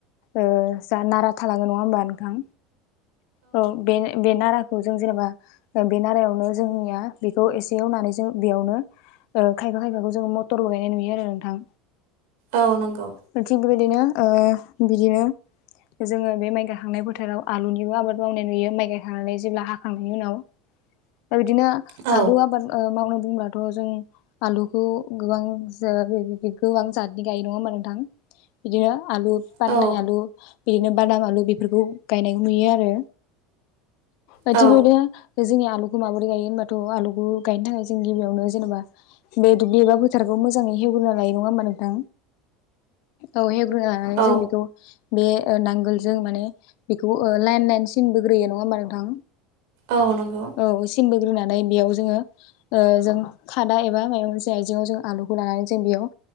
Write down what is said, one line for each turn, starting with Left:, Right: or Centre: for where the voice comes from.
Left: ओ जा नारा थांलाङो नंङा होमबा नोंथां औ बे बे नाराखौ जों जेनेबा ओ बे नारायावनो जोंनिया बेखौ एसे एवनानै जों बेयावनो ओ खायफा खायफाखौ जोंङो मटरबो गायनाय नुयो आरो नोंथां।
Right: औ नंगौ।
Left: थिग बेबायदिनो ओ बिदिनो जोंङो बे माइ गाखांनाय फोथाराव आलुनिबो आबाद मावनाय नुयो माइ गायाखांनानै जेब्ला हाखांनायनि उनाव। दा बिदिनो
Right: औ
Left: आलु आबाद ओ मावनो बुंब्लाथ' जों आलुखौ बो गोबां जा गोबां जातनि गायो नंङा होमबा नोंथां। बिदिनो आलु पादनाय
Right: औ
Left: आलु बिदिनो बादाम आलु बेफोरखौ गायनायखौ नुयो आरो। ओ
Right: औ
Left: थिग बिब्दिनो जोंनिया आलुखौ माबोरै गायो होनबाथ' आलुखौ गायनो थाखाय जों गिबियावनो जेनेबा बे दुब्लि एबा फोथारखौ मोजाङै हेवग्रोना लायो नङा होमबा नोंथां औ हेवग्रोना
Right: औ
Left: जों बेखौ बे नांगोलजों माने बेखौ लाइन लाइन सिनबोग्रोयो नङा होमबा नोंथां?
Right: औ नंगौ
Left: औ सिनबोग्रोनानै बेयाव जोङो ओ जों खादा एबा मायाव जे आइजेंआव जों आलुखौ लानानै जों बेयाव